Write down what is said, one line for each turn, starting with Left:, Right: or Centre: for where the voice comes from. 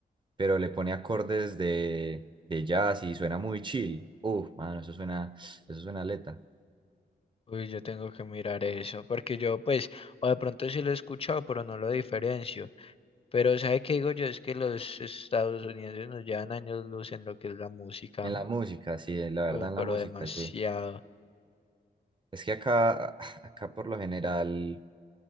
Right: pero le pone acordes de, de jazz y suena muy chill. Uf, mano, eso suena, eso suena aleta.
Left: Uy, yo tengo que mirar eso, porque yo pues, o de pronto sí lo he escuchado, pero no lo diferencio. Pero ¿sabe qué digo yo? Es que los Estados Unidos nos llevan años luz en lo que es la música.
Right: En la música, sí, la verdad
Left: Uf,
Right: en la
Left: pero
Right: música,
Left: demasiado.
Right: sí. Es que acá, <sighs> acá por lo general